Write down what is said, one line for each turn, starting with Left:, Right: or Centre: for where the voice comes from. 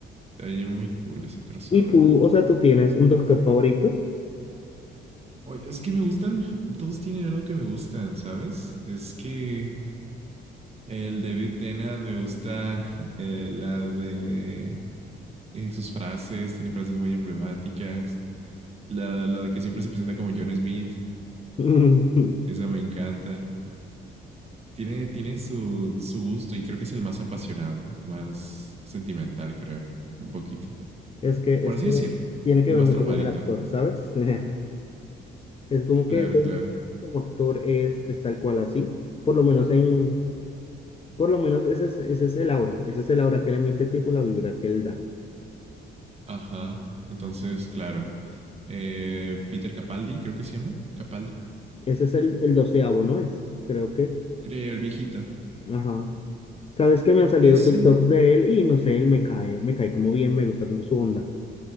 Right: Está muy cool ese crossover.
Left: Y tú, o sea, tú tienes un doctor favorito.
Right: Oye, es que me gustan, todos tienen algo que me gustan, ¿sabes? Es que el David Tennant me gusta <laughs> eh, la de eh, sus frases, tiene frases muy emblemáticas. La, la de que siempre se presenta como John Smith,
Left: <laughs>
Right: esa me encanta. Tiene, tiene su, su gusto y creo que es el más apasionado, el más sentimental, creo, un poquito.
Left: Es que,
Right: Por
Left: es
Right: así
Left: que
Right: decirlo,
Left: tiene que
Right: el
Left: ver
Right: más
Left: mucho
Right: traumadito.
Left: con el actor, ¿sabes? <laughs> Es como que
Right: Claro,
Left: David
Right: claro.
Left: Tennant como actor es, es tal cual así. Por lo menos en, por lo menos ese es, ese es el aura. Ese es el aura que le emite tipo la vibra que él da.
Right: Ajá. Entonces, claro. Eh, Peter Capaldi, creo que se llama. Capaldi.
Left: Ese es el, el doceavo, ¿no es? Creo que.
Right: creo, el viejito.
Left: Ajá. Sabes que me han salido
Right: Ese.
Left: TikToks de él y no sé, él me cae, me cae como bien, me gusta como su onda.